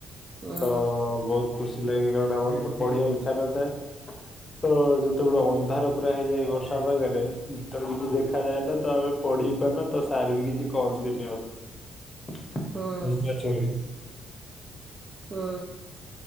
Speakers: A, on the right; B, on the left.
A: ହୁଁ
B: ତ ବହୁତ ଖୁସି ଲାଗେ କାରଣ ଆମର ତ ପଢିବା ଇଚ୍ଛା ନଥାଏ। ତ ଯେତେବେଳେ ଅନ୍ଧାର ପୁରା ହେଇଯାଏ ବର୍ଷା ପାଗରେ ଭିତରେ କିଛି ଦେଖାଯାଏ ନା ତ ଆମେ ପଢି ପାରୁନା ତ ସାର ବି କିଛି କହନ୍ତିନି ଆଉ ଏମିତି
A: ହୁଁ
B: ଅଛୁ ବୋଲି।
A: ହୁଁ।